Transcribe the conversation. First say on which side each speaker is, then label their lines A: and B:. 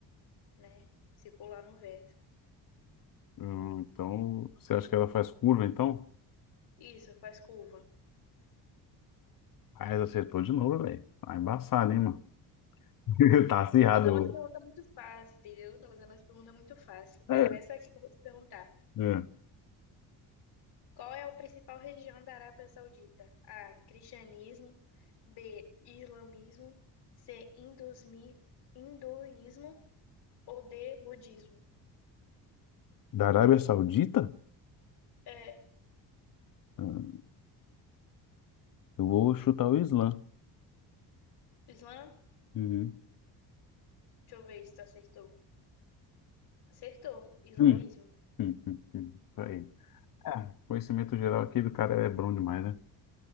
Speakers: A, on the left; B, on the left.
A: né? Circular no vento.
B: Hum, Então, você acha que ela faz curva, então?
A: Isso, faz curva.
B: Ah, ela acertou de novo, velho. Tá embaçado, hein, mano? <laughs> Tá acirrado.
A: Tô fazendo uma pergunta muito fácil, entendeu? Tô fazendo uma pergunta muito fácil. Quero
B: É,
A: ver essa aqui que eu vou te perguntar.
B: É.
A: Qual é a principal região da Arábia Saudita? A. Cristianismo. B. Islamismo. C. Hindusmi- Hinduísmo. Ou D, budismo.
B: Da Arábia Saudita?
A: É,
B: Hum, Eu vou chutar o Islã.
A: Islã,
B: Uhum.
A: deixa eu ver se tu acertou. Acertou, islamismo.
B: Hum, hum, hum, hum. Isso aí. É, conhecimento geral aqui do cara é bom demais,